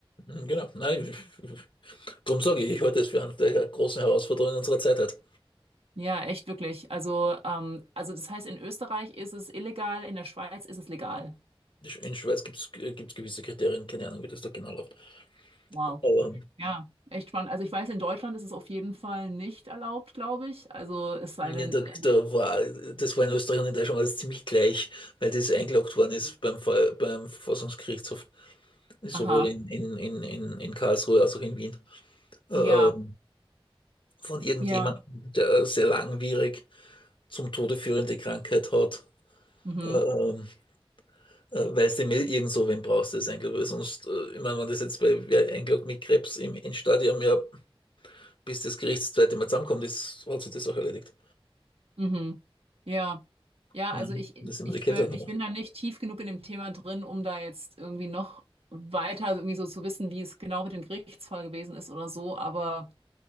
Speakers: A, on the left; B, on the right.
A: Mhm, Genau. Nein, ich, darum sage ich, ich halte es für eine der großen Herausforderungen unserer Zeit halt.
B: Ja, echt wirklich. Also, ähm, also das heißt, in Österreich ist es illegal, in der Schweiz ist es legal.
A: In Schweiz gibt es gewisse Kriterien, keine Ahnung, wie das da genau läuft.
B: Wow.
A: Aber
B: Ja, echt spannend. Also ich weiß, in Deutschland ist es auf jeden Fall nicht erlaubt, glaube ich. Also es sei
A: ja,
B: denn,
A: da,
B: äh,
A: da war, das war in Österreich und in Deutschland alles ziemlich gleich, weil das eingeloggt worden ist beim, Ver- beim Verfassungsgerichtshof. sowohl
B: aha,
A: in, in, in, in, in Karlsruhe als auch in Wien, äh,
B: ja,
A: äh, von irgendjemandem,
B: ja,
A: der sehr langwierig zum Tode führende Krankheit hat.
B: mhm,
A: Äh, ähm, äh, weißt du, mir irgend so, wen brauchst du das eigentlich? Weil sonst, äh, ich meine, wenn das jetzt bei wer eingeloggt mit Krebs im Endstadium ja, bis das Gericht das zweite Mal zusammenkommt, ist, hat sich das auch erledigt.
B: mhm, ja. Ja,
A: Ich meine,
B: also ich, ich,
A: das sind
B: ich
A: wir die Kälte
B: be-
A: noch.
B: ich bin da nicht tief genug in dem Thema drin, um da jetzt irgendwie noch weiter so irgendwie so zu wissen, wie es genau mit dem Gerichtsfall gewesen ist oder so, aber.